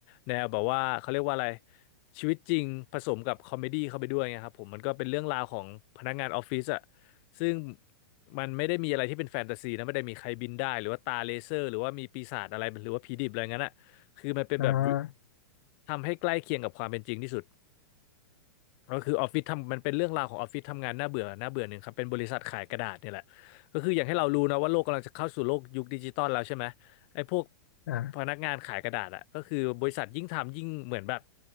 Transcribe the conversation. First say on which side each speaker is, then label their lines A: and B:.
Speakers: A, on the left; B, on the left.
A: แนวแบบว่าเขาเรียกว่าอะไรชีวิตจริงผสมกับคอมเมดี้เข้าไปด้วยไงครับผมมันก็เป็นเรื่องราวของพนักงานออฟฟิศอะซึ่งมันไม่ได้มีอะไรที่เป็นแฟนตาซีนะไม่ได้มีใครบินได้หรือว่าตาเลเซอร์หรือว่ามีปีศาจอะไรหรือว่าผีดิบอะไรงั้นอะคือมันเป็นแบบ
B: อ่า
A: ทำให้ใกล้เคียงกับความเป็นจริงที่สุดก็คือออฟฟิศทำมันเป็นเรื่องราวของออฟฟิศทำงานน่าเบื่อน่าเบื่อหนึ่งครับเป็นบริษัทขายกระดาษเนี่ยแหละก็คืออย่างให้เรารู้นะว่าโลกกำลังจะเข้าสู่โลกยุคดิจิตอลแล้วใช่ไหม ไอ้พวก
B: อ่า
A: พนักงานขายกระดาษอะก็คือบริษัทยิ่งทำยิ่งเหมือนแบบ